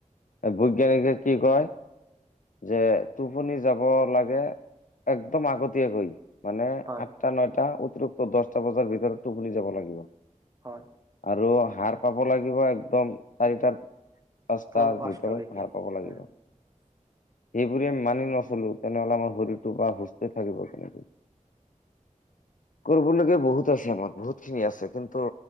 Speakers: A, on the left (about 75°); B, on the right (about 25°).
A: বৈজ্ঞানিকে কি কয় যে টোপনি যাব লাগে একদম আগতীয়াকৈ। মানে
B: হয়
A: আঠটা নটা অতিৰিক্ত দশটা বজাৰ ভিতৰত টোপুনি যাব লাগিব।
B: হয়।
A: আৰু সাৰ পাব লাগিব একদম চাৰিটাৰ পাঁচটাৰ
B: পুৱা পাঁচটালৈকে
A: ভিতৰত সাৰ পাব লাগিব।
B: উম। <inaudible>
A: সেইবোৰে আমি মানি নচলো তেনেহলে আমাৰ শৰীৰটো বা সুস্থ থাকিব কেনেকৈ। কৰিবলগীয়া বহুত আছে আমাৰ বহুতখিনি আছে কিন্তু